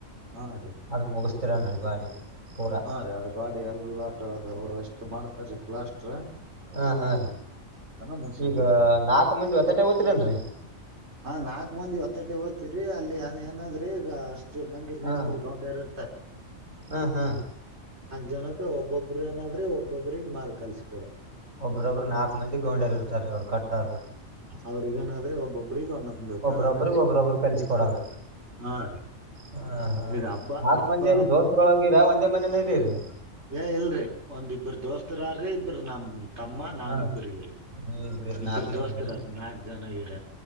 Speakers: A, on the right; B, on the right.
A: ಹಾ ರೀ
B: ಅದ್ ಮುಗಿಸ್ ತಿರಂದ್ರ ಗ್ವಾಡಿ ಪೂರ
A: ಹಾ ರೀ ಅದ ಗಾಡಿ ಎಲ್ಲಾಟ ಅದ ಅವ್ರು ಎಷ್ಟು ಮಾಡ್ತಾರೀ ಪ್ಲಾಸ್ಟರ್
B: ಹಾ ಹಾ
A: ಮುಗಸಕೊಂಡ್
B: ಈಗ
A: ಬಿಡ್ತೇವ್ರೀ
B: ನಾಕು ಮಂದಿ ಒತ್ತಟ್ಟೆ ಹೋಗ್ತಿರೇನ್ರಿ
A: ಹಾ ನಾಲ್ಕ್ ಮಂದಿ ಒತ್ತಟ್ಟಿ ಓದ್ತಿವ್ರಿ ಅಲ್ಲಿ ಅದ್ ಏನಾದ್ರಿ ಈಗ ಅಷ್ಟ್ ಮಂದಿ
B: ಹಾ
A: ಮೇಸ್ತರಿ ಗೌಂಡ್ಯರು
B: ಹಾ ಹಾ
A: ಜನಕ ಒಬೊಬ್ಬ್ರ ಏನಾದ್ರೆ ಒಬ್ಬೊಬ್ರಿಗೆ ಮಾಲ್ ಕಲ್ಸ್
B: ಒಬ್ಬ್ರೊಬ್ರು ನಾಕ್ ಮಂದಿ ಗೌಂಡ್ಯರು ಇರ್ತಾರೀ ಅವ್ರ ಕಟ್ಟರ
A: ಅವ್ರಿಗೇನಾದ್ರೀ ಒಬ್ಬೊಬ್ಬ್ರೀಗ ಒಂದೊಂದು
B: ಒಬ್ರೊಬ್ರಿಗೆ
A: ತರ ಕಲ್ಸ್ಕೊದ್
B: ಒಬ್ರೊಬ್ರು ಕಲಿಸಿ ಕೊಡೋದು
A: ಹಾ ರೀ
B: ಹಾ ಹಾ
A: ಇದ್ ಹಬ್ಬ
B: ನಾಕ್
A: ಹಬ್ಬ
B: ಮಂದಿ ಏನ್ ದೋಸ್ತ್ರದೀರ ಒಂದೇ ಮನ್ಯಾನ ಇರಿರಿ
A: ಏ ಇಲ್ರೀ ಒಂದಿಬ್ಬರು ದೋಸ್ತರಾರಿ ಇಬ್ಬರ ನಮ್ ತಮ್ಮ ನಾನ್
B: ಹಾ
A: ಇಬ್ಬರು ಇವ್ರಿ
B: ನೀವ್ ಇಬ್ರಿರಿ
A: ಇಬ್ರು
B: ನಾಲ್ಕು ಮಂದಿ
A: ದೋಸ್ತರಾರ್ ನಾಲ್ಕ್ ಜನ ಇರ